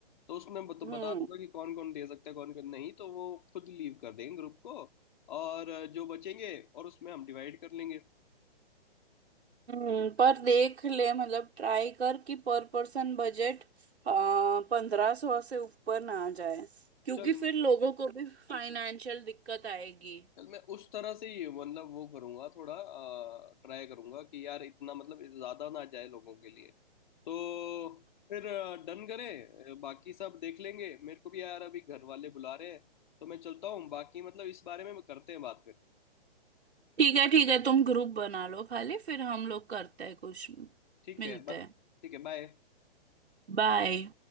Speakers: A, on the left (about 45°); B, on the right (about 80°).
A: तो उसमें बत, बता
B: हम्म
A: दूंगा कि कौन कौन दे सकता है कौन कौन नहीं तो वो खुद लीव कर देंगे ग्रुप को और जो बचेंगे और उसमें हम डिवाइड कर लेंगे
B: हम्म, पर देख ले मतलब ट्राई कर कि पर पर्सन बजट पंद्रह सौ से ऊपर ना आ जाए क्योंकि
A: चल
B: फिर लोगों को भी फाइनेंशियल दिक्कत आएगी
A: चल मैं उस तरह से ही मतलब वो करूंगा थोड़ा ट्राई करूंगा कि यार इतना मतलब ज्यादा ना जाए लोगों के लिए तो फिर डन करें अ, बाकी सब देख लेंगे मेरे को भी यार अभी घर वाले बुला रहे हैं तो मैं चलता हूँ बाकी मतलब इस बारे में करते हैं बात फिर
B: ठीक है ठीक है तुम ग्रुप बना लो खाली फिर हम लोग करते हैं कुछ
A: ठीक
B: मिलते
A: है बा,
B: हैं
A: ठीक है बाय
B: बाय